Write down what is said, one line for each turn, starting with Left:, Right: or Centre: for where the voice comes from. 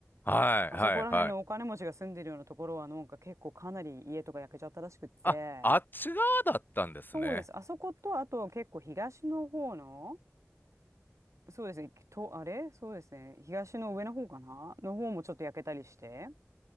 Left: ー、はいはいはい。
Right: あそこら辺のお金持ちが住んでるようなところは、なんか結構かなり家とか焼けちゃったらしくって、
Left: あ、あっち側だったんですね。
Right: そうです。あそこと、あと結構東の方の、そうですね、と、あれそうですね、東の上の方かなの方もちょっと焼けたりして。